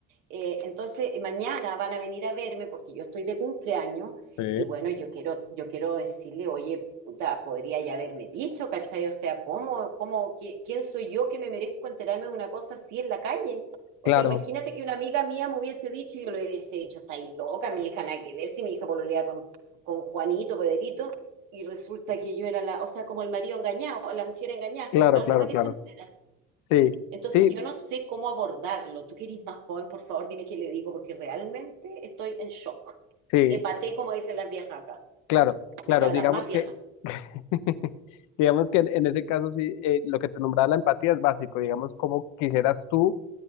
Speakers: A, on the right; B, on the left.
A: Eh, entonces, eh, mañana van a venir a verme porque yo estoy de cumpleaños
B: Sí.
A: y bueno, yo quiero, yo quiero decirle, oye, puta, podría ya haberme dicho, ¿cachai? O sea, ¿cómo, cómo, qué- quién soy yo que me merezco enterarme de una cosa así en la calle? O
B: Claro,
A: sea, imagínate que una amiga mía me hubiese dicho y yo le hubiese dicho, estáis loca, mi hija, nada que ver si mi hija pololea con con Juanito, Pederito, y resulta que yo era la, o sea, como el marido engañado, la mujer engañada,
B: claro,
A: la
B: claro,
A: última que
B: claro.
A: se entera.
B: Sí,
A: Entonces
B: sí,
A: yo no sé cómo abordarlo. Tú que eres más joven, por favor, dime qué le digo, porque realmente estoy en shock.
B: sí,
A: Epaté, como dicen las viejas acá,
B: claro,
A: o
B: claro.
A: sea,
B: Digamos
A: las más viejas.
B: que, <laughs> digamos que en, en ese caso sí, eh, lo que te nombraba la empatía es básico. Digamos, cómo quisieras tú